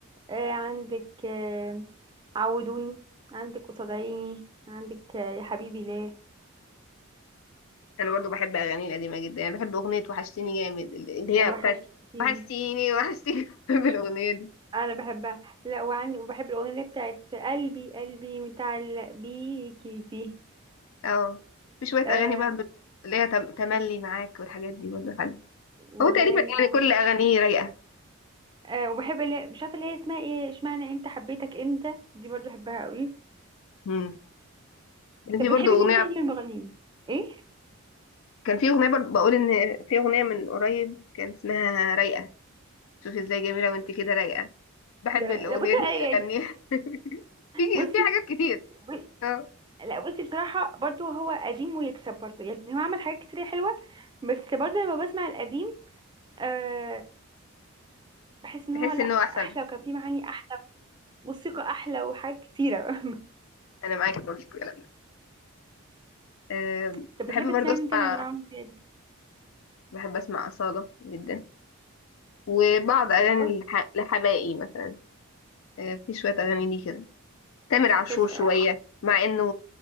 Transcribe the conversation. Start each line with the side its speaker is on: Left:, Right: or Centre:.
Right: آه عندك آه عودوني عندك قصاد عيني عندك آه يا حبيبي ليه
Left: انا برضو بحب اغاني القديمة جدا يعني بحب اغنية وحشتيني جامد اللي
Right: وحشتيني
Left: هي بتاعت وحشتيني وحشتيني <laughs> بحب الاغنية دي
Right: انا بحبها لا وعندي وبحب الاغنيه اللي بتاعت قلبي قلبي متعلق بيكي دي
Left: اه في شوية
Right: آه
Left: اغاني برضو اللي هي تم- تملي معاك والحاجات دي برضو حلوة
Right: وتملي
Left: هو تقريبا
Right: معاك
Left: يعني كل اغانيه رايقة
Right: آه وبحب اللي مش عارفه اللي هي اسمها ايه اشمعنى انت حبيتك انت دي برضو بحبها قوي
Left: امم
Right: طب
Left: في
Right: بتحبي
Left: برضو
Right: مين
Left: اغنية
Right: تاني من المغنيين ايه
Left: كان في اغنية برضو بقول ان في اغنية من قريب كان اسمها رايقة شوفي ازاي جميلة وانت كده رايقة بحب
Right: لا لا
Left: الأغنية
Right: لا، بصي
Left: دي
Right: يعني
Left: أغنيها <laughs> في
Right: بصي
Left: في حاجات كتير
Right: ب-
Left: اه
Right: لا بصي بصراحة برضو هو قديم ويكسب برضو يعني هو عمل حاجات كتير حلوة بس برضو لما بسمع القديم آه بحس ان
Left: تحس
Right: هو لا
Left: إن هو أحسن
Right: احلى وكان فيه معاني احلى موسيقى احلى وحاجات كتيرة
Left: أنا معاكي برضه في الكلام ده أم،
Right: <laughs> طب
Left: بحب
Right: بتحبي
Left: برضه
Right: تسمعي
Left: أسمع
Right: مين تاني غير عمرو دياب؟
Left: بحب أسمع أصالة جدا وبعض
Right: أصالة
Left: أغاني الح- لحبائي مثلا أه، في شوية أغاني ليه كده تامر عاشور
Right: كانت
Left: شوية
Right: آه،
Left: مع إنه